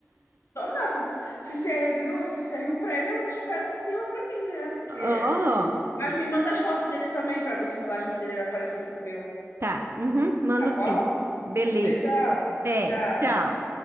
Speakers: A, on the left; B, on the right.
A: Então, não, se, se serviu, se serviu para ele, eu espero que sirva para mim, né? Porque
B: <laughs> Aham.
A: Mas me manda as fotos dele também para ver se o milagre de madeira era parecido com o meu,
B: Tá. Uhum. Mando
A: tá bom?
B: sim. Beleza.
A: Beijão.
B: Até.
A: Tchau.
B: Tchau.